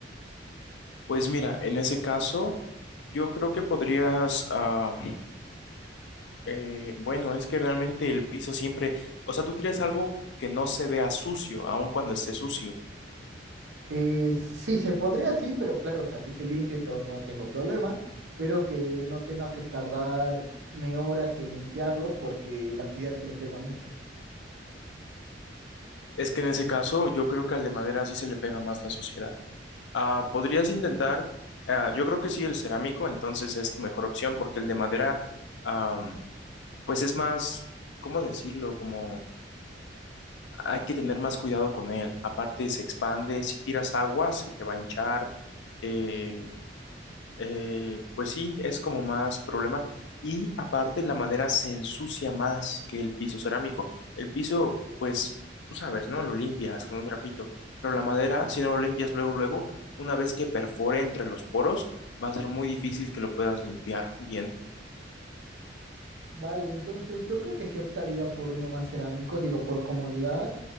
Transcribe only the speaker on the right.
Eh, sí, se podría, sí, pero claro, o sea, si se limpia y todo, no tengo problema, pero que no tenga que tardarme horas en limpiarlo porque la suciedad se le pega mucho.
Vale, entonces yo creo que sí optaría por uno más cerámico, digo, por comodidad.